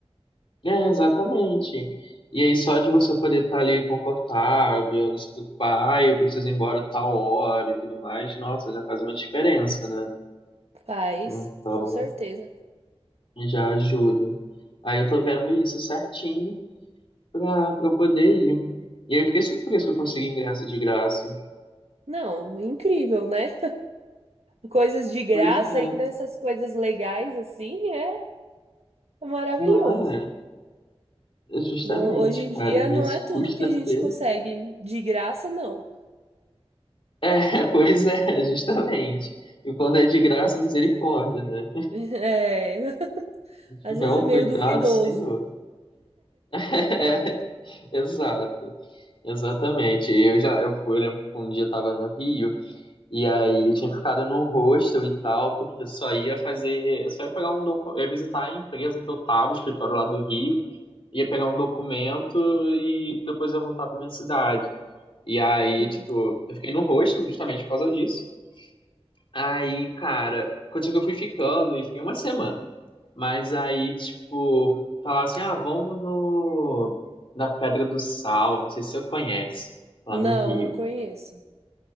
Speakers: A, on the left; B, on the right.
A: é, exatamente. E aí, só de você poder estar ali confortável, não se preocupar, ah, eu preciso ir embora tal hora e tudo mais, nossa, já faz uma diferença, né?
B: Faz,
A: Então.
B: com certeza.
A: Já ajudo. Aí eu tô vendo isso certinho pra, pra eu poder ir. E aí eu fiquei surpreso que eu consegui ingresso de graça.
B: Não, incrível, né? Coisas de graça,
A: Pois é,
B: ainda essas coisas legais assim, é maravilhoso.
A: não é? É Justamente,
B: Não, hoje em dia
A: cara. Às vezes
B: não é tudo
A: custa
B: que a gente
A: ter.
B: consegue de graça, não.
A: É, <laughs> pois é, é justamente. E quando é de graça, misericórdia, né?
B: <laughs> É,
A: Se
B: às
A: Tiver
B: vezes
A: um
B: é meio
A: cuidado,
B: duvidoso.
A: Senhor. <laughs> É, exato, exatamente. Eu já eu fui, eu lembro que um dia eu tava no Rio. E aí eu tinha ficado no hostel e tal, porque eu só ia fazer, eu só ia pegar um documento, ia visitar a empresa que eu tava, o escritório lá do Rio, ia pegar um documento e depois ia voltar pra minha cidade. E aí,
B: Uhum.
A: tipo, eu fiquei no hostel justamente por causa disso. Aí, cara, contigo eu fui ficando e fiquei uma semana. Mas aí, tipo, falar assim, ah, vamos no na Pedra do Sal, não sei se você conhece, lá
B: Não,
A: no Rio.
B: não conheço.